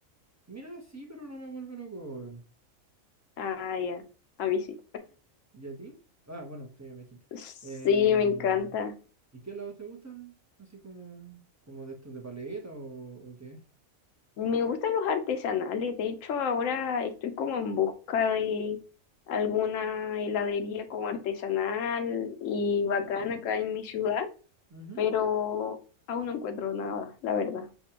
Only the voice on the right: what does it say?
Mira, sí, pero no me vuelve loco. weón.
¿Y a ti? Ah, bueno, sí, me dijiste.
Em,
¿y qué helados te gustan? Así como, como de estos de paleta o, o qué.
Ujú.